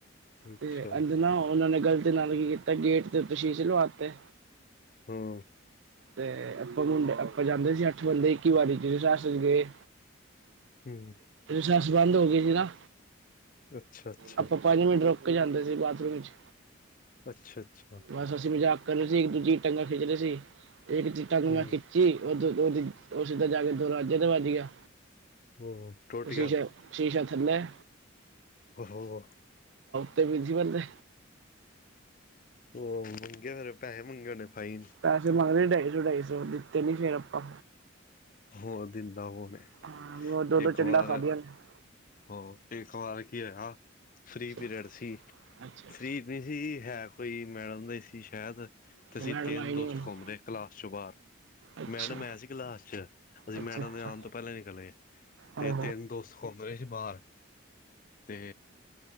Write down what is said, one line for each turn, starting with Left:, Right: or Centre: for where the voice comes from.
Left: ਅੱਛਾ
Right: ਤੇ ਅੰਦਰ ਨਾ ਉਹਨਾਂ ਨੇ ਗਲਤੀ ਨਾਲ ਕੀ ਕੀਤਾ ਗੇਟ ਤੇ ਉਤੇ ਸ਼ੀਸ਼ੇ ਲਵਾਤੇ
Left: ਹਾਂ
Right: ਤੇ ਆਪਾਂ ਮੁੰਡੇ ਆਪਾਂ ਜਾਂਦੇ ਸੀ ਅੱਠ ਬੰਦੇ ਇੱਕੀ ਵਾਰੀ ਜਿ ਸਸ ਚ ਗਏ
Left: ਹੂੰ
Right: ਸੱਸ ਬੰਦ ਹੋ ਗਈ ਸੀੀ ਨਾ
Left: ਅੱਛਾ ਅੱਛਾ
Right: ਆਪਾਂ ਪੰਜ ਮਿੰਟ ਰੋ ਰੱਕ ਜਾਂਦੇ ਸੀ ਬਾਥਰੂਮ ਵਿੱਚ
Left: ਅੱਛਾ ਅੱਛਾ
Right: ਬਸ ਅਸੀਂ ਮਜ਼ਾਕ ਕਰ ਰਹੇ ਸੀ ਇੱਕ ਦੂਜੀ ਟੰਗ ਖਿੱਚ ਰਹੇ ਸੀ ਇੱਕ ਟੰਗ
Left: ਹੂੰ
Right: ਮੈਂ ਖਿੱਚੀ ਉਹ ਸਿੱਦਾਂ ਜਾ ਕੇ ਦੋ ਰਾਜੇ ਤੇ ਵੱਜ ਗਿਆ
Left: ਉਹ ਟੁੱਟ
Right: ਸ਼ੀਸ਼ਾ
Left: ਗਿਆ
Right: ਸ਼ੀਸ਼ਾ ਸਮੈ
Left: <unintelligible>
Right: ਤੇ ਬਜੀੀ ਬਣਦੇ
Left: ਉਹ ਮੰਗੇਿਆ ਫੇਰੇ ਪੈਸੇ ਮੰਗੇ ਹੋਣੇ ਫਾਈਨ
Right: ਪੈਸੇ ਮੰਗਦੇ ਢਾਈ ਸੌ ਢਾਈ ਸੌ ਦਿੱਤੇ ਨੀ ਫੇਰ ਆਪਾਂ
Left: ਹੋਰ ਦਿੰਦਾ ਕੋਣ ਏ,
Right: ਹਾਂ ਉਹ ਦੋ ਦੋ
Left: ਇੱਕ
Right: ਚੰਡਾ
Left: ਵਾਰ
Right: ਖਾਦੀਆਂ ਨੇ
Left: ਹੋ ਇੱਕ ਵਾਰ ਕੀ ਹੋਇਆ ਫ੍ਰਰੀ
Right: ਅੱਛਾ
Left: ਪੀਰੀਅਡ ਸੀ
Right: ਅੱਛਾ
Left: ਫ੍ਰੀ ਨਹੀਂ ਸੀ ਹੈ ਕੋਈ ਮੈਡਮ ਦਾ ਹੀ ਸੀ ਸ਼ਾਇਦ
Right: ਅੱਛਾ
Left: ਤੇ ਅਸੀਂ
Right: ਮੈਡਮ
Left: ਤਿੰਨ
Right: ਆਈ
Left: ਦੋਸਤ
Right: ਨਹੀਂ ਹੁਣ
Left: ਘੁੰਮ ਰਹੇ ਕਲਾਸ ਚੋਂ ਬਾਹਰ
Right: ਅੱਛਾ
Left: ਮੈਡਮ ਹੈ ਸੀ ਕਲਾਸ ਚ ਅਸੀਂ
Right: ਅੱਛਾ
Left: ਮੈਡਮ
Right: ਅੱਛਾ
Left: ਦੇ ਆਉਣ ਤੋਂ ਪਹਿਲਾਂ ਨਿਕਲੇ ਤੇ
Right: ਆਹੋ
Left: ਤਿੰਨ ਦੋਸਤ ਘੁੰਮ ਰਹੇ ਸੀ ਬਾਹਰ ਤੇ